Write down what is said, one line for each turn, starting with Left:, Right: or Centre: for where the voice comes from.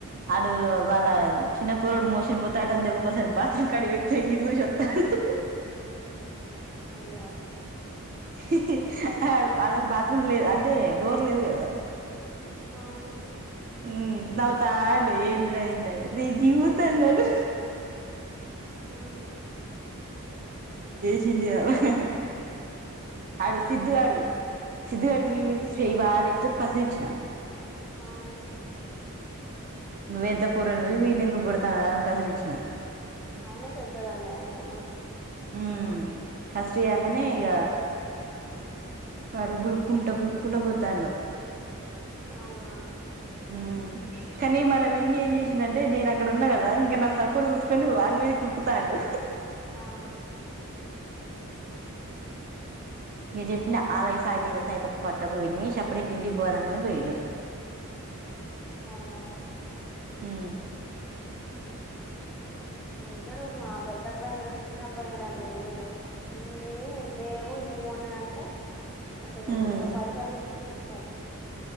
Right: అడు వాళ్ళ చిన్న పూరుడు మోషన్ పోత ఆడ దెబ్బకోసారి బాత్రుం కడి వొయి తొంగి చూశి ఒత్తాండు
Centre: అయ్యో
Right: ఇహిహిహి అ వాళ్ళకు బాత్రూమ్ లేదు అంటే డోర్ లేదు కదా
Centre: ఆహ
Right: ఉం నవ్వుతాఉండు ఏందిర ఏందంటే దె దివు త అన్నాడు
Centre: ఆ
Right: చింది వాల అహహహహ ఆడు సిద్ధుగాడు సిద్ధగాడు మీకి చేయి బాగా లేప్తే కసిరీచ్చిన
Centre: ఆహా
Right: నువ్వెంత పూరన్వి వున్నందు కొడతానవ్ రాని కసిరిచ్చిన
Centre: ఆయన పెద్దదండి ఆయన కన్నా
Right: ఉం కసరియంగానే ఇక వాడు గులుక్కుంటా గులుక్కుంట పోతాండు
Centre: అవునా
Right: ఇం కానీ మన విన్ని ఏం చేసిందంటే నేను అక్కడ ఉన్నా కదా ఇంకా నా సపోర్ట్ చూసుకొని వాని మీద కురుకుతాండు
Centre: ఆహా
Right: ఇక చెప్పినా ఆలా సయిత సత పట్టకు వెన్నీ చెప్పుడేక ఇంటికి పోనంగనే పోయిండు
Centre: అవునా
Right: ఇం
Centre: వింటాడు మా పెద్ద అబ్బాయి వినడు గాని చిన్న అబ్బాయినడండి <unintelligible> <unintelligible> వీడ్ని <inaudible> అసలు
Right: హ్మ్
Centre: మీరు పైసలు <inaudible> ఓఫ్